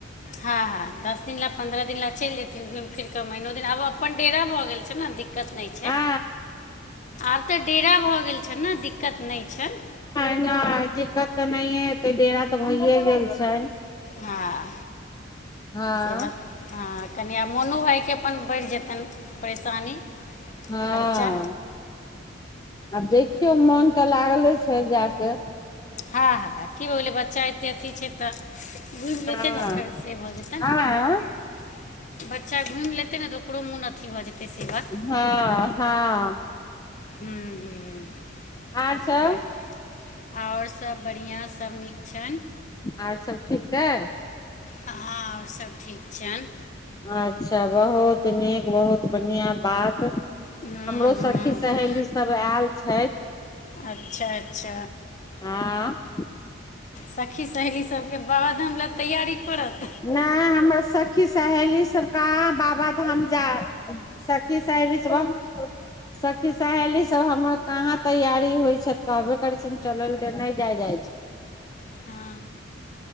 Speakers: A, on the left (about 40°); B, on the left (about 20°).
A: हँ हँ दश दिन लए पन्द्रह दिन लए चलि जेथिन घुमि फिर कऽ महीनो दिन आबऽ अपन डेरा भऽ गेल छै न दिक्कत नै छै
B: आ
A: आब तऽ डेरा भऽ गेल छैन दिक्कत नै छैन
B: नय दिक्कत तऽ नहिये हेतै डेरा तऽ भइए गेल छैन
A: हँ
B: हँ
A: से बात हँ कनि आब मोनो भाय के अपन बढ़ि जेतनि परेशानी
B: हऽ
A: खर्चा
B: <inaudible> आब देखियौ मोन तऽ लागले छै जा केँ
A: हँ हँ की हो गेलै बच्चा एतै अथी छै तऽ घुम लेतै
B: हँ
A: न फेर
B: हँ
A: <unintelligible> बच्चा घुम लेतै न तऽ ओकरो मोन अथी भऽ जेतै से बात
B: हँ हँ
A: <unintelligible>
B: आर
A: तै
B: सब
A: कऽ दुआरे और सभ बड़िआँ सभ नीक छैन
B: आर सब ठीक है
A: हँ और सब ठीक छियैन
B: अच्छा बहुत नीक बहुत बढ़िया बात <inaudible>
A: हूँ
B: हमरो
A: हूँ
B: सखी सहेली सब ऐल छै
A: अच्छ अच्छ
B: <unintelligible>
A: सखी सहेली सब केँ बाबा धाम लऽ तैयारी करत
B: ना हमर सखी सहेली सब कहाँ बाबाधाम जात सखी सहेली सब <unintelligible> सखी सहेली सब हमर कहाँ तैयारी होइ छै तऽ कहबे करे छै चलै लऽ नै जाय जाय छै
A: हँ